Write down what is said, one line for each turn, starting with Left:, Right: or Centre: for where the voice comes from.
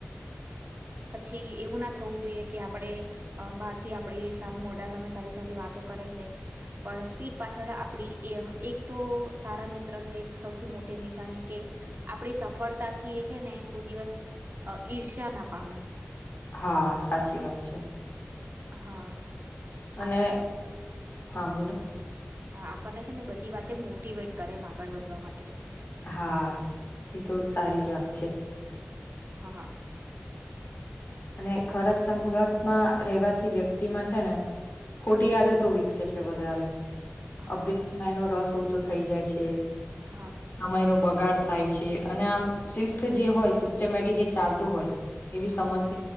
Right: પછી એવું ના થવું જોઈએ કે આપણે બહાર થી આપણી મોટા સામે સારી સારી વાતો કરે છે પણ પણ પીઠ પાછળ આપડી એ એક તો સારા મિત્ર નું એક સૌથી મોટી નિશાની કે આપણી સફળતાથી એ છે ને કોઈ દિવસ ઈર્ષ્યા ના પામે
Left: હા સાચી વાત છે.
Right: હા.
Left: અને
Right: આપણને
Left: હા બોલો
Right: આપણને છે ને બધી વાતે મોટવેટ કરે એમ આગળ વધવા માટે.
Left: હા એ તો સારી જ વાત છે.
Right: હા.
Left: અને <unintelligible> માં રહેવાથી વ્યક્તિમાં છે ને ખોટી આદતો વિકસે છે વધારે
Right: હા
Left: અભ્યાસમાં એ નો રસ ઓછો થઈ જાય છે સમય
Right: હા
Left: ન બ ગાડ થાય છે અને આમ શિસ્ત જે હોય સિસ્ટમેટિક જે ચાલતું હોય એવી
Right: હા
Left: સમસ્યા